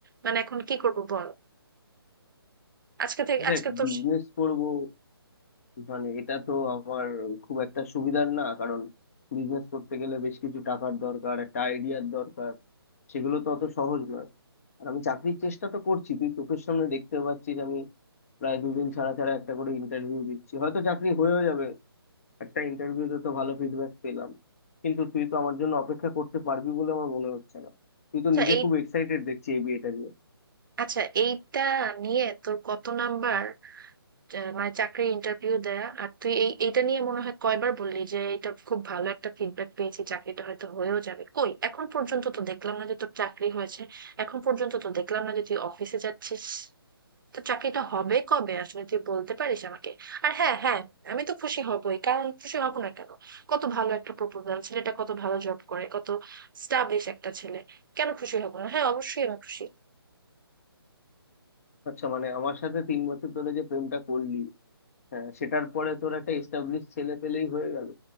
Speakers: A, on the right; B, on the left.
A: মানে এখন কি করবো বল আজকে থেকে
B: দেখ
A: আজকে তোর
B: বিজনেস করবো মানে এটা তো আমার খুব একটা সুবিধার না কারণ বিজনেস করতে গেলে বেশ কিছু টাকার দরকার একটা আইডিয়ার দরকার সেগুলো তো অত সহজ নয় আর আমি চাকরির চেষ্টা তো করছি তুই চোখের সামনে দেখতে পাচ্ছিস আমি প্রায় দুদিন ছাড়া ছাড়া একটা করে ইন্টারভিউ দিচ্ছি হয়তো চাকরি হয়েও যাবে একটা ইন্টারভিউতে তো ভালো ফিডব্যাক পেলাম কিন্তু তুই তো আমার জন্য অপেক্ষা করতে পারবি বলে আমার মনে হচ্ছে না তুই তো
A: আচ্ছা
B: নিজে
A: এই
B: খুব এক্সাইটেড দেখছি এই বিয়েটা নিয়ে
A: আচ্ছা এইটা নিয়ে তোর কত নাম্বার আহ, মানে চাকরির ইন্টারভিউ দেয়া আর তুই এই এইটা নিয়ে মনে হয় কয়বার বললি যে এটা খুব ভালো একটা ফিডব্যাক পেয়েছি চাকরিটা হয়তো হয়েও যাবে কই এখন পর্যন্ত তো দেখলাম না যে তোর চাকরি হয়েছে এখন পর্যন্ত তো দেখলাম না যে তুই অফিসে যাচ্ছিস তো চাকরিটা হবে কবে আসলে তুই বলতে পারিস আমাকে আর হ্যাঁ হ্যাঁ আমি তো খুশি হবই কারণ খুশি হব না কেন কত ভালো একটা প্রপোজাল ছেলেটা কত ভালো জব করে কত স্টাবলিশ একটা ছেলে কেন খুশি হব না হ্যাঁ অবশ্যই আমি খুশি
B: আচ্ছা মানে আমার সাথে তিন বছর ধরে যে প্রেমটা করলি হ্যাঁ সেটার পরে তোর একটা এস্টাবলিশ ছেলে পেলেই হয়ে গেল